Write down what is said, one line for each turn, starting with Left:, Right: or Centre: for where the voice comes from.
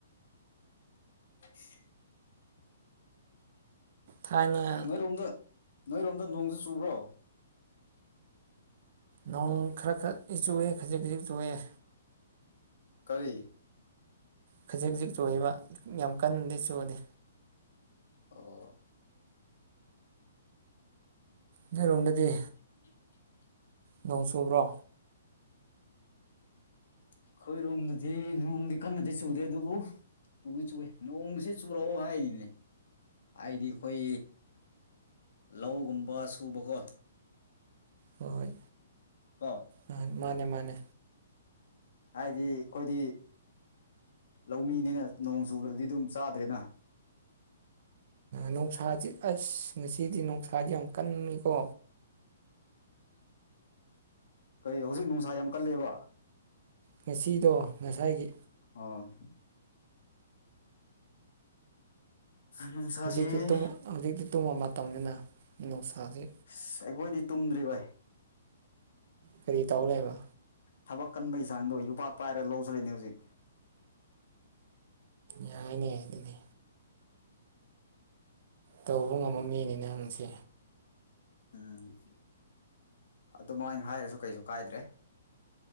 Left: <unintelligible>
Right: ꯊꯥꯏꯅ
Left: ꯅꯣꯏꯔꯣꯝꯗ ꯅꯣꯏꯔꯣꯝꯗ ꯅꯣꯡꯖꯨ ꯆꯨꯕ꯭ꯔꯣ
Right: ꯅꯣꯡ ꯈꯔ ꯈꯔ <unintelligible> ꯆꯨꯑꯦ ꯈꯖꯤꯛ ꯈꯖꯤꯛ ꯆꯨꯑꯦ
Left: ꯀꯔꯤ
Right: ꯈꯖꯤꯛ ꯈꯖꯤꯛ ꯆꯨꯏꯕ ꯌꯥꯝ ꯀꯟꯅꯗꯤ ꯆꯨꯗꯦ
Left: ꯑꯣ
Right: ꯅꯣꯏꯔꯣꯝꯗꯗꯤ
Left: <inaudible>
Right: ꯅꯣꯡ ꯆꯨꯕ꯭ꯔꯣ
Left: ꯑꯩꯈꯣꯏꯔꯣꯝꯗꯗꯤ ꯅꯣꯡꯗꯤ ꯀꯟꯅꯗꯤ ꯆꯨꯗꯦ ꯑꯗꯨꯕꯨ ꯆꯨꯏ ꯆꯨꯏ ꯅꯣꯡꯁꯤ ꯆꯨꯔꯛꯑꯣ ꯍꯥꯏꯔꯤꯅꯤ ꯍꯥꯏꯗꯤ ꯑꯩꯈꯣꯏ ꯂꯧꯒꯨꯝꯕ ꯁꯨꯕꯀꯣ
Right: ꯍꯣꯏ
Left: ꯀꯣ
Right: ꯎꯝ ꯃꯥꯅꯦ ꯃꯥꯅꯦ
Left: ꯍꯥꯏꯗꯤ ꯑꯈꯣꯏꯗꯤ ꯂꯧꯃꯤꯅꯤꯅ ꯅꯣꯡ ꯆꯨꯕꯗꯗꯤ ꯑꯗꯨꯝ ꯆꯥꯗ꯭ꯔꯦꯅ꯫
Right: ꯅꯨꯡꯁꯥꯥꯁꯤ ꯑꯁ ꯉꯁꯤꯗꯤ ꯅꯨꯡꯁꯥꯗꯤ ꯌꯥꯝ ꯀꯟꯅꯤꯀꯣ꯫
Left: ꯀꯔꯤ ꯍꯧꯖꯤꯛ ꯅꯨꯡꯁꯥ ꯌꯥꯝ ꯀꯜꯂꯦꯕ꯫
Right: ꯉꯁꯤꯗꯣ ꯉꯁꯥꯏꯒꯤ
Left: ꯑꯣ ꯅꯨꯡꯁꯥꯁꯤ
Right: ꯍꯧꯖꯤꯛꯇꯤ ꯇꯨꯝ ꯍꯧꯖꯤꯛꯇꯤ ꯇꯨꯝꯕ ꯃꯇꯝꯅꯤꯅ ꯅꯨꯡꯁꯥꯁꯤ
Left: ꯑꯁ ꯑꯩꯈꯣꯏꯗꯤ ꯇꯨꯝꯗ꯭ꯔꯤ ꯚꯥꯏ
Right: ꯀꯔꯤ ꯇꯧ ꯂꯩꯕ꯫
Left: ꯊꯕꯛ ꯀꯟꯕꯒꯤ ꯆꯥꯡꯗꯣ ꯌꯨꯄꯥꯛ ꯄꯥꯏꯔꯒ ꯂꯧ ꯆꯠꯂꯤꯅꯦ ꯍꯧꯖꯤꯛ꯫
Right: ꯌꯥꯏꯅꯦ ꯑꯗꯨꯗꯤ ꯇꯧꯕ ꯉꯝꯕ ꯃꯤꯅꯤꯅꯦ ꯅꯪꯁꯦ꯫
Left: ꯎꯝ ꯑꯗꯨꯃꯥꯏꯅ ꯍꯥꯏꯔꯁꯨ ꯀꯩꯁꯨ ꯀꯥꯏꯗ꯭ꯔꯦ꯫